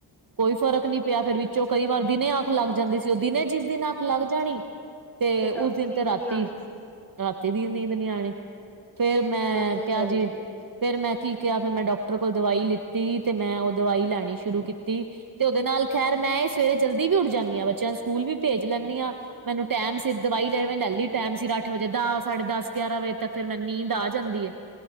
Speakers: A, on the right; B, in the centre.
A: ਕੋਈ ਫਰਕ ਨੀ ਪਿਆ ਫੇਰ ਵਿੱਚੋਂ ਕਈ ਵਾਰ ਦਿਨੇ ਅੱਖ ਲੱਗ ਜਾਂਦੀ ਸੀ ਓ ਦਿਨੇ ਜਿਸ ਦਿਨ ਅੱਖ ਲੱਗ ਜਾਣੀ ਤੇ ਉਸ
B: ਰਾਤੀ
A: ਦਿਨ
B: ਨੀਂਦ
A: ਤੇ ਰਾਤੀ,
B: ਨੀ ਆਣੀ।
A: ਰਾਤੀ ਦੀ ਨੀਂਦ ਨੀ ਆਣੀ। ਫੇਰ ਮੈਂ
B: ਇਹ ਤੇ
A: ਕਿਆ
B: ਹੈ ਹੀ
A: ਜੀ ਫੇਰ ਮੈਂ ਕੀ ਕਿਆ ਫਿਰ ਮੈਂ ਡੋਕਟਰ ਕੋਲ ਦਵਾਈ ਲਿੱਤੀ ਤੇ ਮੈਂ ਓ ਦਵਾਈ ਲੈਣੀ ਸ਼ੁਰੂ ਕੀਤੀ ਤੇ ਓਦੇ ਨਾਲ ਖੈਰ ਮੈਂ ਸਵੇਰੇ ਜਲਦੀ ਵੀ ਉੱਠ ਜਾਂਨੀ ਆ ਬੱਚਿਆਂ ਨੂੰ ਸਕੂਲ ਵੀ ਭੇਜ ਲੈਨੀ ਆ। ਮੈਨੂੰ ਟੈਮ ਸੀ ਦਵਾਈ ਲੈ ਮੈਂ ਲੈ ਲਈ ਟੈਮ ਸਿਰ ਅੱਠ ਵਜੇ ਦਾਸ ਸਾਢੇ ਦਸ ਗਿਆਰਾਂ ਵਜੇ। ਤੇ ਫੇਰ ਮੈਂਨੂੰ ਨੀਂਦ ਆ ਜਾਂਦੀ ਏ